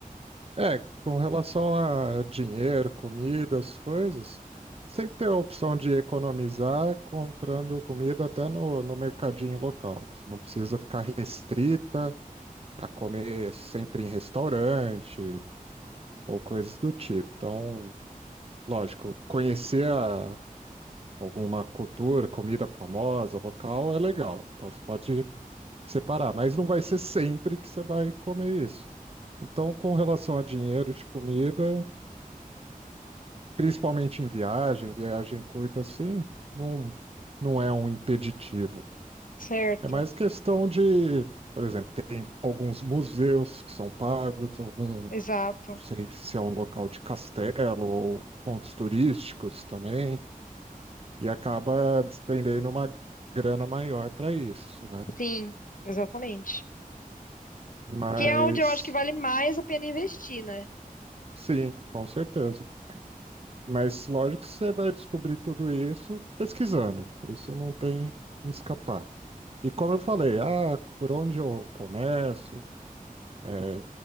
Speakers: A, on the right; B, on the left.
A: É, com relação a dinheiro, comidas, coisas, sempre tem a opção de economizar comprando comida até no, no mercadinho local. Você não precisa ficar restrita a comer sempre em restaurante ou coisas do tipo. Então, lógico, conhecer a alguma cultura, comida famosa, local, é legal. Então você pode separar, mas não vai ser sempre que você vai comer isso. Então, com relação a dinheiro de comida, principalmente em viagem, viagem curta assim, não, não é um impeditivo.
B: Certo,
A: É mais questão de, por exemplo, tem alguns museus que são pagos, algum,
B: exato.
A: não sei se é um local de castelo ou pontos turísticos também, e acaba despendendo uma grana maior para isso, né?
B: Sim, exatamente.
A: Mas
B: Que é onde eu acho que vale mais a pena investir, né?
A: sim, com certeza. Mas lógico que você vai descobrir tudo isso pesquisando. Isso não tem como escapar. E como eu falei, ah, por onde eu começo? É,